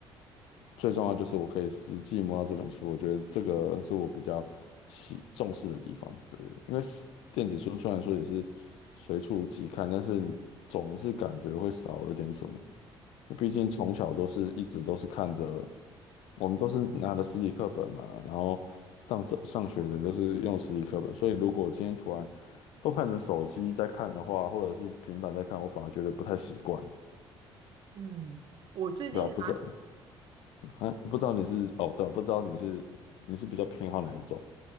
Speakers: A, on the left (about 80°); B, on the right (about 55°).
A: 最重要就是我可以实际摸到这本书，我觉得这个是我比较喜重视的地方，对对，对因为是电子书虽然说也是随处即看，但是总是感觉会少了点什么。毕竟从小都是一直都是看着，我们都是拿的实体课本嘛，然后上着上学的都是用实体课本，所以如果今天突然都看成手机在看的话，或者是平板在看，我反而觉得不太习惯，
B: 嗯，我最近呢
A: 对啊，不知道，啊，不知道你是哦，对啊不知道你是你是比较偏好哪一种